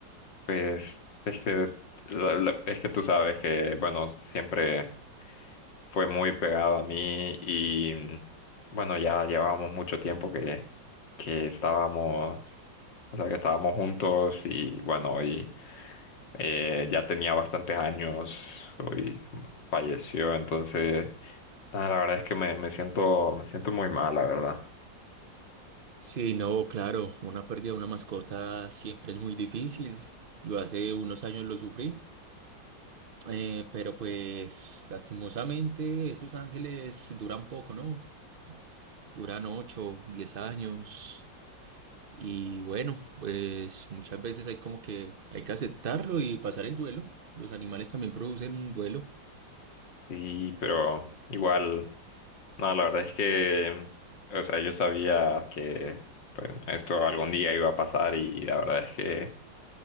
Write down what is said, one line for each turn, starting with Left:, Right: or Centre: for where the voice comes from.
Left: Pues es que, la- la- es que tú sabes que, bueno, siempre fue muy pegado a mí y, bueno, ya llevábamos mucho tiempo que, que estábamos, o sea, que estábamos juntos y, bueno, hoy eh, ya tenía bastantes años, hoy falleció, entonces, nada, la verdad es que me, me siento, me siento muy mal, la verdad.
Right: Sí, no, claro, una pérdida de una mascota siempre es muy difícil. Yo hace unos años lo sufrí, eh, pero pues lastimosamente esos ángeles duran poco, ¿no? Duran ocho, diez años. Y bueno, pues muchas veces hay como que hay que aceptarlo y pasar el duelo. Los animales también producen duelo.
Left: Sí, pero igual, no, la verdad es que, o sea, yo sabía que pues, esto algún día iba a pasar y la verdad es que